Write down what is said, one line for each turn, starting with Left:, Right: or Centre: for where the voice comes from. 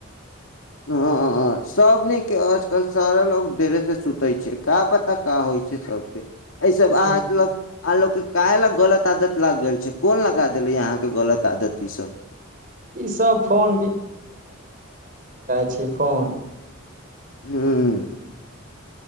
Left: हँ सबने के आजकल सारा लोक देरे के सुतै छै का पता का होइ छै सबके एहिऐ सब अहाँत
Right: हँ।
Left: ल आ लोकोके काह लए गलत आदत लागि गेल छै कोन लगा देले अहाँके गलत आदत ईसभ
Right: ई सब फोन छ फोन
Left: हूँ